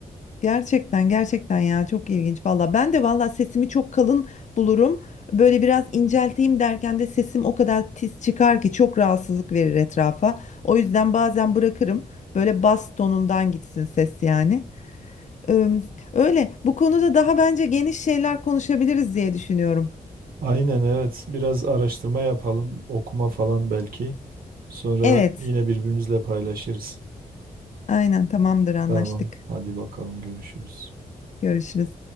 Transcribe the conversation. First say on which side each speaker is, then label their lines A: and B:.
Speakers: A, on the left; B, on the right.
A: Gerçekten gerçekten ya çok ilginç valla. Ben de valla sesimi çok kalın bulurum. Böyle biraz incelteyim derken de sesim o kadar tiz çıkar ki çok rahatsızlık verir etrafa. O yüzden bazen bırakırım. Böyle bas tonundan gitsin ses yani. Ee, öyle bu konuda daha bence geniş şeyler konuşabiliriz diye düşünüyorum.
B: Aynen evet. Biraz araştırma yapalım, okuma falan belki. Sonra
A: Evet
B: yine birbirimizle paylaşırız.
A: aynen tamamdır anlaştık.
B: Tamam, hadi bakalım görüşürüz.
A: Görüşürüz.